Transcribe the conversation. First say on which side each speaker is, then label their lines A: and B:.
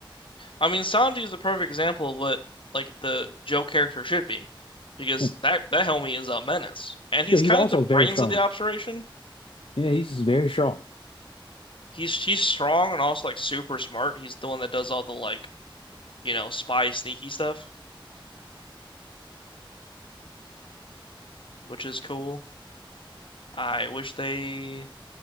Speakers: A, on the left; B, on the left.
A: I mean, Sanji is the perfect example of what like the Joe character should be, because
B: <laughs>
A: that that homie is a menace, and he's
B: Yeah, he's
A: kind
B: also
A: of the brains
B: very strong.
A: of the operation.
B: Yeah, he's just very strong. <laughs>
A: He's he's strong and also like super smart. He's the one that does all the like you know spy sneaky stuff, which is cool. I wish they